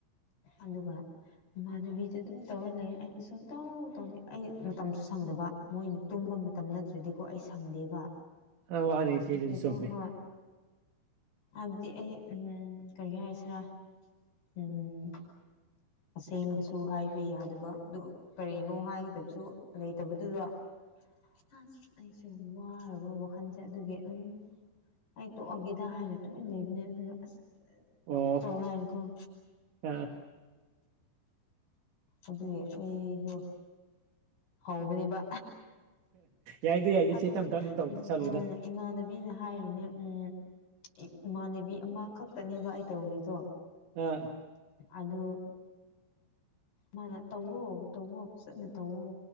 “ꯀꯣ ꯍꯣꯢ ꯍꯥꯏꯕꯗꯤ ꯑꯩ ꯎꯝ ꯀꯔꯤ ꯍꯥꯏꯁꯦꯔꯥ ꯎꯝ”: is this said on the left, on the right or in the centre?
Left